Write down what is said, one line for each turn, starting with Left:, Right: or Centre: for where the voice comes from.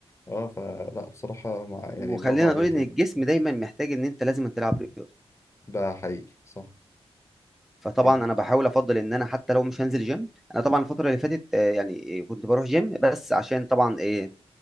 Left: اه فلا بصراحة مع... يعني
Centre: وخلينا
Left: برافو عليك
Centre: نقول ان
Left: يعني
Centre: الجسم دايما محتاج ان انت لازم تلعب رياضه
Left: ده حقيقي صح
Centre: فطبعا
Left: الج-
Centre: انا بحاول افضل ان انا حتى لو مش هنزل جيم انا طبعا الفتره اللي فاتت آه، يعني آه، كنت بروح جيم بس عشان طبعا آه،